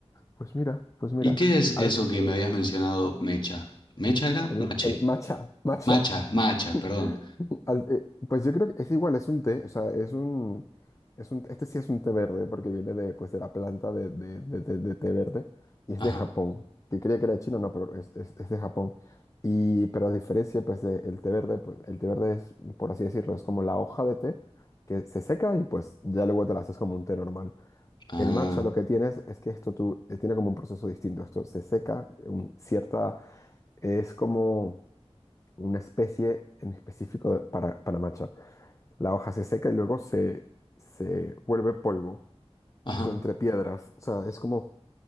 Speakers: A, on the left; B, on the left.
A: Pues mira, pues mira,
B: ¿Y qué es
A: al-
B: eso que me habías mencionado, mecha? ¿Mecha era?
A: el,
B: Mache.
A: el matcha, matcha.
B: Macha, macha,
A: <laughs>
B: perdón.
A: Al- eh, pues yo creo que es igual, es un té, o sea, es un, es un, este sí es un té verde porque viene de, pues, de la planta de, de- de- de- de té verde y es
B: Ajá.
A: de Japón, que creía que era chino, no, pero es, es- es de Japón. Y, pero a diferencia, pues, del té verde, pues, el té verde es, por así decirlo, es como la hoja de té que se seca y pues ya luego te la haces como un té normal.
B: Ah,
A: El matcha lo que tienes es que esto tú, eh, tiene como un proceso distinto. Esto se seca, un- cierta, es como una especie en específico de- para, para matcha. La hoja se seca y luego se, se vuelve polvo
B: ajá.
A: con- entre piedras. O sea, es como